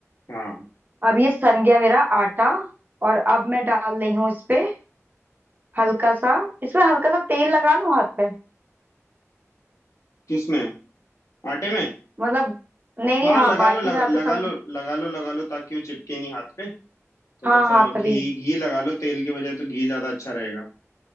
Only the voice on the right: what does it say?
अब ये सन गया मेरा आटा और अब मैं डाल रही हूँ इस पे हल्का सा इसमें हल्का सा तेल लगा लूं हाथ पे
मतलब नहीं नहीं
हाँ
बाटी
बनाते
समय
हाँ
हाँ
तभी